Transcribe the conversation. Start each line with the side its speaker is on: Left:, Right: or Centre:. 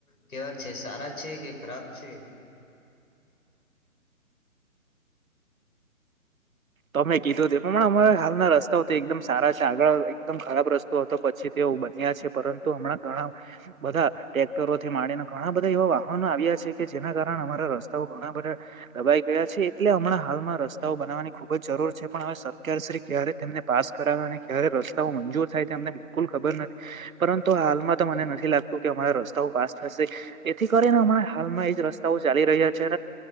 Left: કેવા છે સારા છે કે ખરાબ છે?
Right: તો અમે કીધું તે પ્રમા અમારા હાલના રસ્તાઓ એકદમ સારા છે. આગળ એકદમ ખરાબ રસ્તા પછી તે બન્યા છે પરંતુ હમણાં ઘણા બધા ટટેક્ટરો થીને ઘણા બધા એવા વાહનો આવ્યા છે કે જેના કારણે અમારા રસ્તાઓ ઘણા બધા દબાઈ ગયા છે એટલે હમણાં હાલમાં રસ્તાઓ બનાવાની ખૂબ અજ જરૂર છે પણ હવે સરકારશ્રી ક્યારે તેમને પાસ કરાવ્યા અને ક્યારે રસ્તાઓ મંજૂર થાય તે અમને બિલકુલ ખબર નથી પરંતુ હાલમાં તો મને નથી લાગતું કે અમારા રસ્તાઓ પાસ થશે એથી કરીનેણા હાલમાં એજ રસ્તા ચાલી રહ્યા છે.